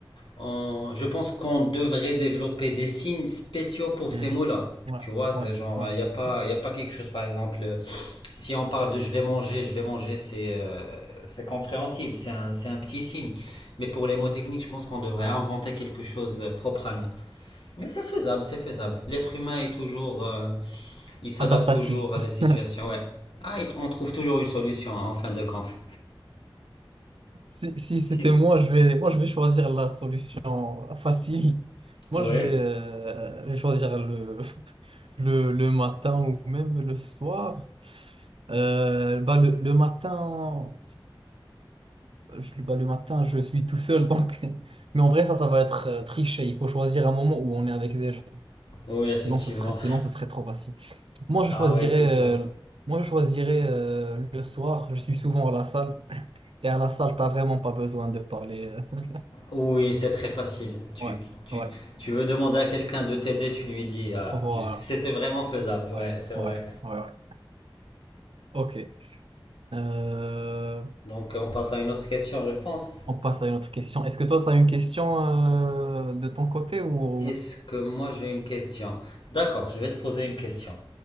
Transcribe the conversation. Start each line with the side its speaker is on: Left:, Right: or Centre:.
Left: on- je pense qu'on devrait développer des signes spéciaux pour
Right: Hmm.
Left: ces mots-là.
Right: Ouais,
Left: Tu vois, c'est
Right: ouais,
Left: genre,
Right: ouais.
Left: il n'y a pas, y a pas quelque chose, par exemple. euh, Si on parle de je vais manger, je vais manger, c'est euh, c'est compréhensible, c'est un, c'est un petit signe. Mais pour les mots techniques, je pense qu'on devrait inventer quelque chose propre à nous. Mais c'est faisable, c'est faisable. L'être humain est toujours, euh, il s'adapte
Right: Adaptatif.
Left: toujours à des
Right: <laughs>
Left: situations. Ouais. Ah, il- on trouve toujours une solution hein, en fin de compte.
Right: Si, si c'était
Left: Sinon?
Right: moi, je vais, moi, je vais choisir la solution facile. Moi,
Left: Oui.
Right: je vais, euh, je vais choisir le, <laughs> le, le matin ou même le soir. Euh, bah, le, le matin, je, bah, le matin, je suis tout seul, donc. <laughs> Mais en vrai, ça, ça va être euh, triché. Il faut choisir un moment où on est avec des gens.
Left: Oui, effectivement.
Right: Sinon, ce serait, sinon, ce serait trop facile. Moi, je
Left: Ah
Right: choisirais,
Left: ouais, c'est sûr.
Right: euh, moi, je choisirais euh, le soir. Je suis souvent à la salle. Et à la salle, t'as vraiment pas besoin de parler. euh.
Left: Oui, c'est très facile. Tu,
Right: Ouais,
Left: tu,
Right: ouais,
Left: tu veux demander à quelqu'un de t'aider, tu lui dis. ah,
Right: voilà.
Left: je- c'est c'est vraiment faisable.
Right: Ouais,
Left: Ouais, c'est
Right: ouais,
Left: vrai.
Right: ouais, ouais. Ok. Euh,
Left: Donc, on passe à une autre question, je pense.
Right: on passe à une autre question. Est-ce que toi, tu as une question euh, de ton côté ou...
Left: Est-ce que moi j'ai une question? D'accord, je vais te poser une question.